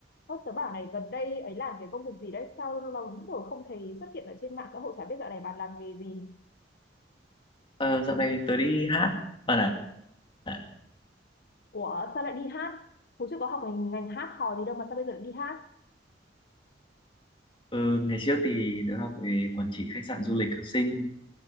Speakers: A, on the left (about 60°); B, on the left (about 30°).
A: Ơ, tớ bảo này gần đây ấy làm cái công việc gì đấy sao lâu lắm rồi không thấy xuất hiện ở trên mạng xã hội chả biết dạo này bạn làm nghề gì
B: Ờ, dạo này tớ đi hát ở Đà Nẵng.
A: Ủa sao lại đi hát hồi trước có học ngành, ngành hát hò gì đâu mà sao bây giờ lại đi hát
B: Ừ, ngày trước thì tớ học về quản trị khách sạn du lịch ở Sinh